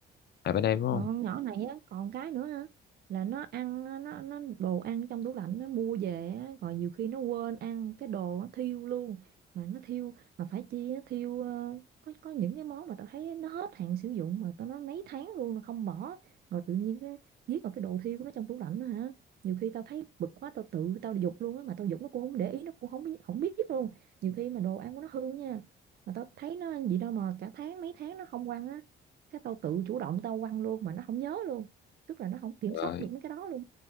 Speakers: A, on the left (about 55°); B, on the right (about 50°).
A: à bên em đúng không
B: còn con nhỏ này á còn cái nữa ha là nó ăn á, nó nó đồ ăn trong tủ lạnh nó mua về á, rồi nhiều khi nó quên ăn cái đồ nó thiêu luôn mà nó thiêu mà phải chi nó thiêu ờ, có có những cái món mà tao thấy nó hết hạn sử dụng mà tao nói mấy tháng luôn nó không bỏ rồi tự nhiên cái giết vào cái đồ thiêu của nó trong tủ lạnh đó hả nhiều khi tao thấy bực quá tao tự tao giục luôn á mà tao giục nó cũng không để ý nó cũng không biết- không biết luôn nhiều khi mà đồ ăn của nó hư nha mà tao thấy nó ăn gì đâu mà cả tháng mấy tháng nó không quăng á cái tao tự chủ động tao quăng luôn mà nó không nhớ luôn tức là nó không kiểm
A: rồi
B: soát được mấy cái đó luôn